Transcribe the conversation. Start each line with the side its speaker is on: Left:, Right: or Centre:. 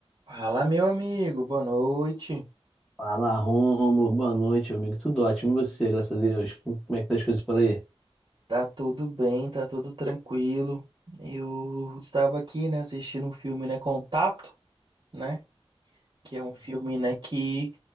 Right: Fala, meu amigo, boa noite.
Centre: Fala, Rômulo. Boa noite, meu amigo. Tudo ótimo. E você, graças a Deus? Como é que tá as coisas por aí?
Right: Tá tudo bem, tá tudo tranquilo. Eu estava aqui, né, assistindo um filme, né, Contato, né, que é um filme, né, que